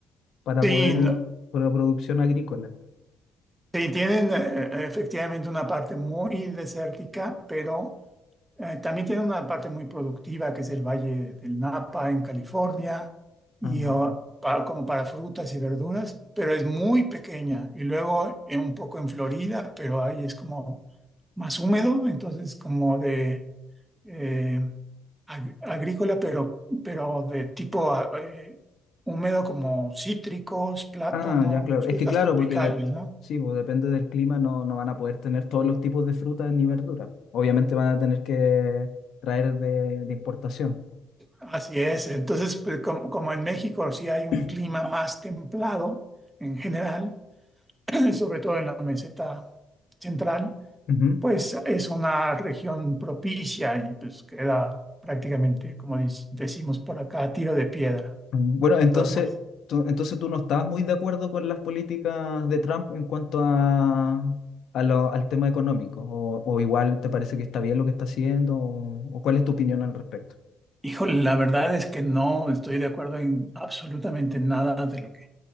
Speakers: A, on the left; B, on the right.
A: para
B: Sí,
A: poder,
B: no-
A: eh, para la producción agrícola.
B: sí, tienen eh, efectivamente una parte muy desértica, pero... Eh, también tiene una parte muy productiva que es el Valle del Napa en California, y,
A: Ah,
B: oh, pa- como para frutas y verduras, pero es muy pequeña. Y luego eh, un poco en Florida, pero ahí es como más húmedo, entonces como de eh, ag- agrícola, pero, pero de tipo ah, eh, húmedo como cítricos, plátano,
A: Ah, ya, claro.
B: frutas
A: Es que claro,
B: tropicales,
A: porque de-
B: ¿no?
A: sí, pues depende del clima, no, no van a poder tener todos los tipos de frutas ni verduras. Obviamente van a tener que traer de, de importación.
B: Así es. Entonces, pues, como, como en México sí hay un
A: <clears throat>
B: clima más templado en general, <clears throat> sobre todo en la meseta central,
A: Ujú.
B: pues es una región propicia y pues queda prácticamente, como dic- decimos por acá, a tiro de piedra.
A: Mm, Bueno, entonces,
B: Entonces,
A: tú, entonces tú no estabas muy de acuerdo con las políticas de Trump en cuanto a, a lo- al tema económico, o, o igual te parece que está bien lo que está haciendo, o, o cuál es tu opinión al respecto.
B: híjole, la verdad es que no estoy de acuerdo en absolutamente nada de lo que